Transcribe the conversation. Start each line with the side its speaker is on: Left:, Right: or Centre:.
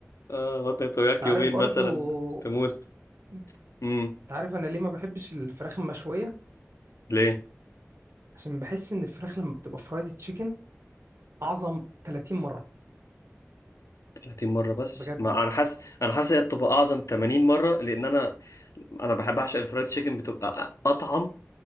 Left: اه بطنك توجعك
Right: انت عارف
Left: يومين
Right: برضو
Left: مثلا تموت
Right: انت
Left: امم
Right: عارف انا ليه ما بحبش الفراخ المشوية
Left: ليه
Right: عشان بحس ان الفراخ لما بتبقى فرايد تشيكن اعظم 30 مرة
Left: 30 مرة بس
Right: بجد
Left: ما أنا حاسس أنا حاسس هي بتبقى أعظم 80 مرة لأن أنا أنا بحب أعشق الفرايد تشيكن بتبقى أطعم